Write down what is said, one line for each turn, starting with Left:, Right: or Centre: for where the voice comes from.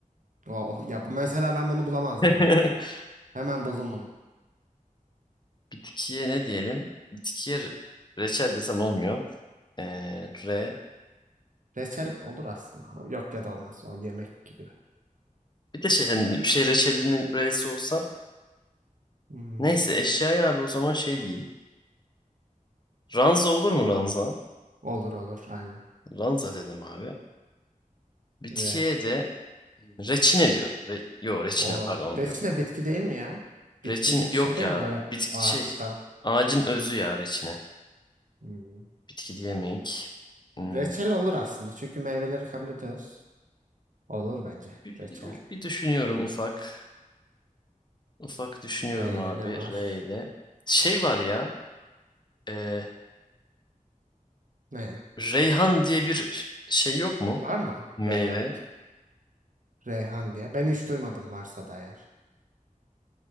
Right: Oh, ya bu- mesela ben bunu bulamazdım
Left: <laughs>
Right: bak. Hemen buldum bunu.
Left: Bitkiye ne diyelim? Bitkiye re- reçel desem olmuyor. Ee, re.
Right: Reçel olur aslında. Ha, Yok ya da olmaz. O yemek gibi.
Left: Bir de şey hani bir şey reçelinin re'si olsa.
Right: Hmm.
Left: Neyse eşyaya abi o zaman şey diyeyim. Ranza olur mu ranza?
Right: Olur olur aynen.
Left: Ranza dedim abi. Bitkiye
Right: R.
Left: de reçine diyorum. Re yo reçine
Right: O
Left: pardon
Right: reçine
Left: yok.
Right: bitki değil mi ya? Bitki
Left: Reçin
Right: gibi bir
Left: yok
Right: şey değil
Left: ya.
Right: mi böyle
Left: Bitki
Right: ağaçtan?
Left: şey. Ağacın özü ya reçine.
Right: Hmm.
Left: Bitki diyemeyik. Hmm.
Right: Reçel olur aslında. Çünkü meyveleri kabul ediyoruz. Olur bence.
Left: Bir,
Right: Reçel.
Left: bir, bir düşünüyorum ufak. Ufak düşünüyorum
Right: R ile
Left: abi.
Right: ne var?
Left: R ile. Şey var ya. E,
Right: Ne?
Left: Reyhan diye bir şey yok mu?
Right: Var mı?
Left: Meyve.
Right: RH. Reyhan diye. Ben hiç duymadım varsa da eğer.